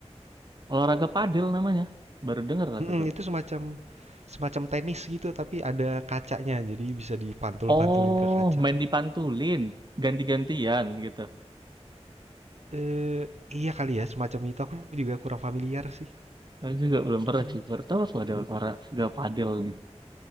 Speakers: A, on the right; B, on the right.
A: Olahraga padel namanya. Baru denger aku
B: Mm,
A: dulu.
B: itu semacam semacam tenis gitu tapi ada kacanya. Jadi bisa dipantul-pantulin
A: Oh,
B: ke kaca.
A: main dipantulin, ganti-gantian gitu.
B: Eh, iya kali ya, semacam itu aku juga kurang familiar sih.
A: Aku juga belum pernah
B: Hmm.
A: sih. Baru tahu aku ada olahraga padel nih.